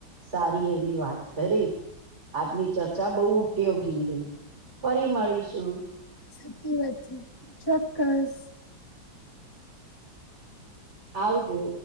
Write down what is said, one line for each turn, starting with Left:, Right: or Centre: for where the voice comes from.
Right: સારી એવી વાત કરી આજની ચર્ચા બઉ ઉપયોગી રહી ફરી મળીશું.
Left: સાચી વાત છે, ચોક્કસ.
Right: આવજો.